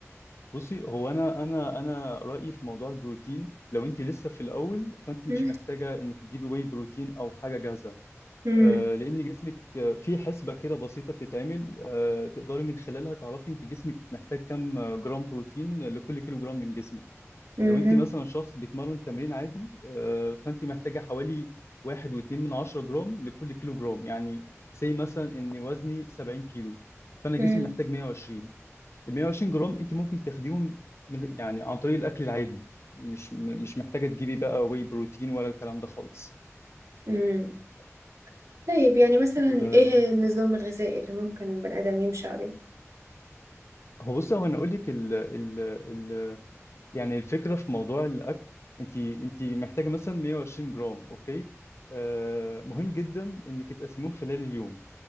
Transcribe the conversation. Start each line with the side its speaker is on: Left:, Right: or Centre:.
Left: بصي هو انا انا انا رايي في موضوع البروتين لو انت لسه في الاول فانت
Right: مم.
Left: مش محتاجه انك تجيبي واي بروتين او حاجه جاهزه
Right: مم.
Left: آه، لان جسمك آه، في حسبه كده بسيطه بتتعمل آه، تقدري من خلالها تعرفي انت جسمك محتاج كام آه، جرام بروتين لكل كيلو جرام من جسمك
Right: مم.
Left: لو انت مثلا شخص بيتمرن تمرين عادي آه، فانت محتاجه حوالي واحد واتنين من عشرة جرام لكل كيلو جرام يعني سي مثلا ان وزني 70 كيلو فانا
Right: مم.
Left: جسمي محتاج 120 ال 120 جرام انت ممكن تاخديهم من يعني عن طريق الاكل العادي مش مش محتاجه تجيبي بقى واي بروتين ولا الكلام ده خالص
Right: امم طيب يعني مثلا
Left: آه،
Right: ايه النظام الغذائي اللي ممكن البني ادم يمشي عليه
Left: هو بص هو انا اقول لك ال ال ال يعني الفكره في موضوع الاكل انت انت محتاجه مثلا 120 جرام اوكي آه مهم جدا انك تقسميهم خلال اليوم